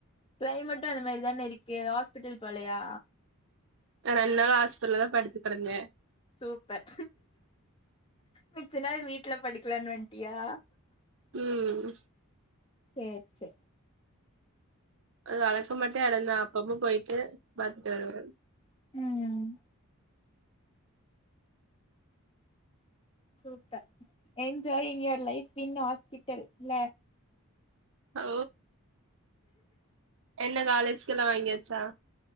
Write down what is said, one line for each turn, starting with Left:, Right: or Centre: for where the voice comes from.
Left: க்ளைமெட்டு அந்த மாரி தானே இருக்கு ஹாஸ்பிட்டல் போலயா
Right: நா ரெண்டு நாளா ஹாஸ்பிட்டல்ல தா படுத்து கெடந்தே
Left: சூப்பர் மிச்ச நாள் வீட்ல படுக்லானு வந் அப்டியா
Right: ம்
Left: சேர் செர்
Right: அது அளக்க மட்டே அடந்தா அப்ப அப்ப போய்டு பாத்துட்டு வருவ.
Left: ம்ம் சூப்பர் என்ஜாயிங்க. லைப் பின் ஆஸ்பிட்டல் இல்ல
Right: ஓ என்ன காலேஜ்கெல்லா வாங்கியாச்சா